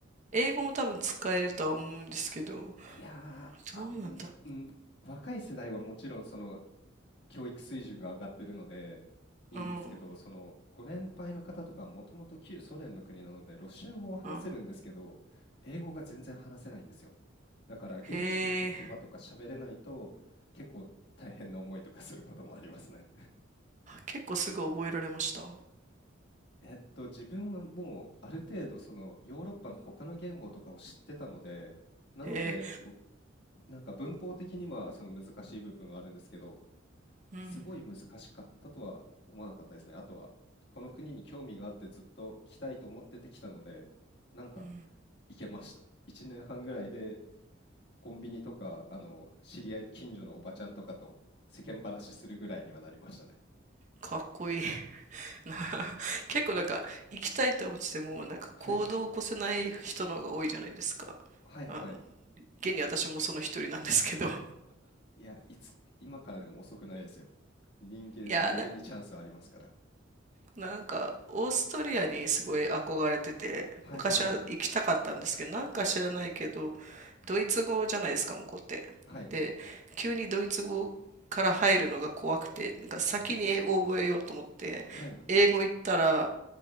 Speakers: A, on the right; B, on the left.
A: 英語も多分使えるとは思うんですけど、
B: いやー、
A: どうなんだ
B: あん、うん、若い世代はもちろんその教育水準が上がってるので、いいんですけど、
A: うん、
B: そのご年配の方とかはもともと旧ソ連の国なので、ロシア語は話せるんですけど、
A: うん。
B: 英語が全然話せないんですよ。だから現地の言葉とか喋れないと、
A: へえ、
B: 結構大変な思いとかすることもありますね。
A: 結構すぐ覚えられました。
B: えっと、自分はもうある程度そのヨーロッパの他の言語とかを知ってたので、なので、
A: へえ、
B: うなんか文法的にはその難しい部分はあるんですけど、
A: うん、
B: すごい難しかったとは思わなかったですね。あとは、この国に興味があってずっと来たいと思ってて来たので、なんか
A: うん。
B: 行けました。1年半ぐらいでコンビニとか、あの、知り合い、近所のおばちゃんとかと世間話するぐらいにはなりましたね。
A: かっこいい。な <laughs> 結構なんか、行きたいと思ってても、なんか行動を起こせない人の方が多いじゃないですか。
B: はい。はいはい。
A: あ、現に私もその一人なんですけど。
B: いや、いつ、今からでも遅くないですよ。人間無限にチャンスありますから。
A: いや、ななんかオーストリアにすごい憧れてて昔は行きたかったんですけどなんか知らないけど
B: はいはい。
A: ドイツ語じゃないですか向こうってで急にドイツ語から入るのが怖くてなんか先に英語を覚えようと思って英語行ったら
B: はい。はい。